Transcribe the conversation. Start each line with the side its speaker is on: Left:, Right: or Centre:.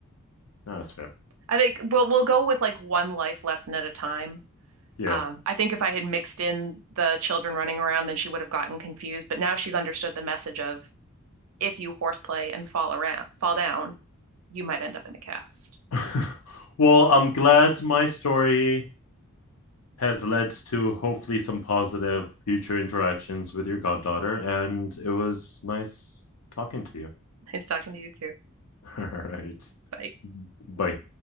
Left: No, that's fair.
Right: I think we'll we'll go with like one life lesson at a time.
Left: Yeah.
Right: Um, I think if I had mixed in the children running around, then she would have gotten confused. But now she's understood the message of if you horseplay and fall around, fall down, you might end up in a cast.
Left: <laughs> well, I'm glad my story has led to hopefully some positive future interactions with your goddaughter. And it was nice talking to you.
Right: Nice talking to you too.
Left: <laughs> All right.
Right: Bye.
Left: Bye.